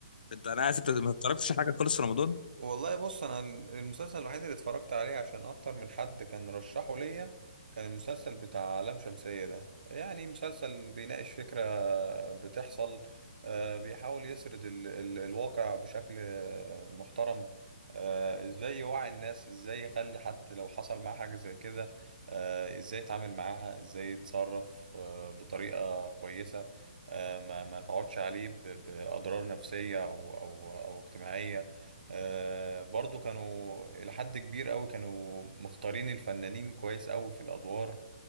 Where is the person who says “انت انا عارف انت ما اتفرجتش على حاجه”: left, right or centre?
Left